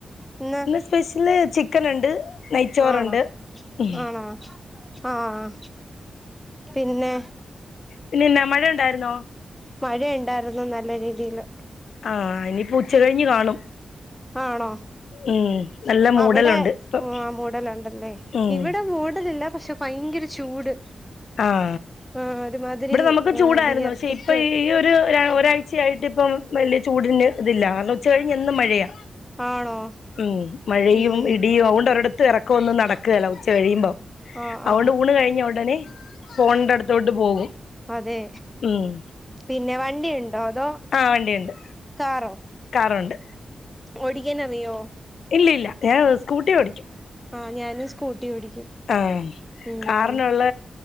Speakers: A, in the centre; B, on the left (about 75°).
A: ഇന്ന്
B: സ്പെഷ്യല് ചിക്കൻ ഉണ്ട് നെയ്ച്ചോറുണ്ട്
A: ആണോ
B: ഉം
A: ആണോ ആഹ് പിന്നെ
B: പിന്നെ ന്നാ മഴണ്ടായിരുന്നോ
A: മഴയുണ്ടായിരുന്നു നല്ല രീതിയില്
B: ആഹ് ഇനിപ്പോ ഉച്ച കഴിഞ്ഞ് കാണും
A: ആണോ
B: ഉം നല്ല മൂടലുണ്ട്
A: അവിടെ
B: ഇപ്പം
A: മൂടലുണ്ടല്ലേ
B: ഉം
A: ഇവിടെ മൂടലില്ല പക്ഷെ ഭയങ്കര ചൂട്
B: ആഹ്
A: ആഹ് ഒരുമാതിരി
B: ഇവ്ടെ നമുക്ക്
A: ഏഹ്
B: ചൂടായിരുന്നു
A: വിയർത്തിട്ട്
B: പക്ഷെ ഇപ്പൊ ഈ ഒരു ഒ ഒരാഴ് ച്ചയായിട്ട് ഇപ്പം വലിയ ചൂടിന് ഇതില്ല കാരണം ഉച്ച കഴിഞ്ഞ് എന്നും മഴയാ
A: ആണോ
B: ഉം മഴയും
A: ഉം
B: ഇടിയും അതുകൊണ്ട് ഒരിട ത്ത് ഇറക്കൊന്നും നടക്കേല്ല ഉച്ച കഴിയുമ്പോ
A: ആഹ്
B: അതുകൊണ്ട്
A: ആഹ്
B: ഊണ് കഴിഞ്ഞ ഉടനെ ഫോൺന്റെ അടുത്തോട്ട് പോകും
A: അതെ
B: ഉം
A: പിന്നെ വണ്ടിയുണ്ടോ അതോ
B: ആഹ് വണ്ടിയുണ്ട്
A: കാറോ
B: കാറുണ്ട്
A: ഓടിക്കാനറിയോ
B: ഇല്ലില്ല ഞാൻ സ്കൂട്ടി ഓടിക്കും
A: ആഹ് ഞാനും സ്കൂട്ടി ഓടിക്കും
B: ആ
A: ഉം
B: കാറിനുള്ള